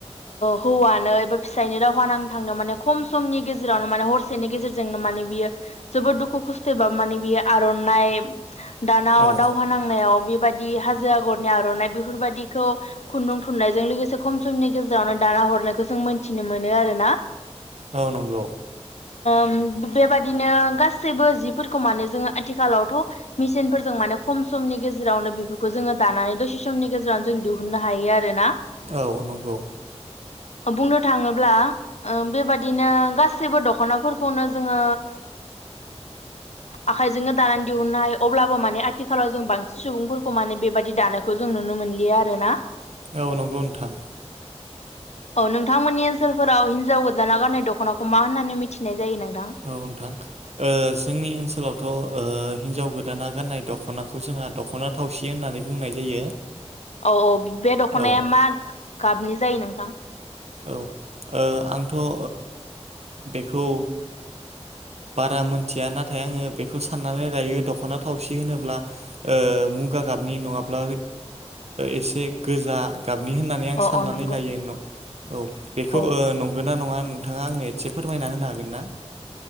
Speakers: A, on the left (about 75°); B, on the right (about 70°).
A: हौवानो एबा फिसायनो दावहा नांनो थांनायाव माने खम समनि गेजेरावनो माने हरसेनि गेजेरजोंनो माने बियो जोबोद दुखु खस्थ'यैबाबो माने बियो आर'नाइ दानाव
B: औ
A: दावहा नांनायाव बेबायदि दि हाजो आगरनि आर'नाइ बेफोरबायदिखौ खुन्दुं थुननायजों लोगोसे खम समनि गेजेरावनो दाना हरनायखौ जों मोनथिनो मोनो आरोना
B: औ नंगौ
A: उ बेबादिनो गासैबो जिफोरखौ माने जोंङो आथिखालावथ' मेसिनफोरजों माने खम समनि गेजेरावनो बेफोरखौ जोंङो दानानै दसे समनि गेजेरावनो जों दिहुननो हायो आरोना
B: औ नंगौ
A: बुंनो थाङोब्ला बेबादिनो गासैबो दख'नाफोरखौनो जोंङो आखाइजोंनो दानानै दिहुननो हायो अब्लाबो माने आथिखालाव जों बांसिन सुबुंफोरखौ माने बेबायाददि दानायखौ जों नुनो मोनलिया आरो ना
B: औ नंगौ नोंथां
A: औ नोंथांमोननि ओनसोलफोराव हिनजाव गोदाना गारनाय दख'नाखौ मा होननानै मिथिनाय जायो नोंथां
B: औ नोंथां ओ जोंनि ओनसोलावथ'ओ हिन्जाव गोदाना गाननाय दख'नाखौ जोंहा दख'ना थावसि होननानै बुंनाय जायो
A: औ औ बे दख'नाया
B: औ
A: मा गाबनि जायो नोंथां
B: औ ओ आंथ' ओ बेखौ बारा मोनथिया नाथाय आङो बेखौ साननानै लायो दख'ना थावसि होनोब्ला मुगा गाबनि नङाब्ला एसे गोजा गाबनि होननानै आं
A: औ
B: साननानै
A: औ नंगौ
B: लायो न' औ बेखौ
A: औ
B: नंगौ नना नङा नोंथाङा आंनो एसे फोरमायना होनो हागोन ना